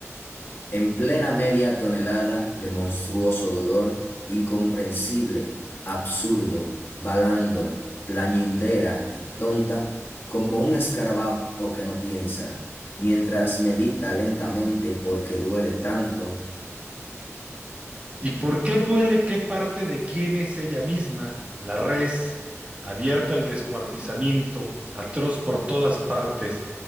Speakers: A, on the left; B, on the right.
A: En plena media tonelada de monstruoso dolor, incomprensible, absurdo, balando, plañindera y tonta, como un escarabajo que no piensa, mientras medita lentamente porque duele tanto,
B: ¿Y por qué duele qué parte de quién es ella misma, la res, abierta al descuartizamiento, atroz por todas partes,